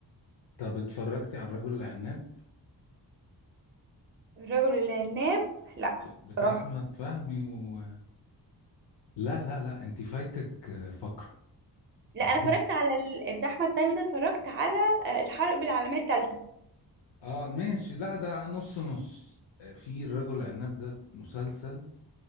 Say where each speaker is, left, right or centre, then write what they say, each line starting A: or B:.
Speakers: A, on the left; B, on the right.
A: طب اتفرجتي على الرجل العناب
B: الرجل العناب لا
A: ب- بتاع
B: بصراحه
A: احمد فهمي و... لا لا لا انت فايتك فقره
B: لا
A: انت
B: انا اتفرجت على ال... بتاع احمد فهمي ده اتفرجت على آه، الحرب العالميه الثالثه
A: اه ماشي لا ده نص نص آه، في الرجل العناب ده مسلسل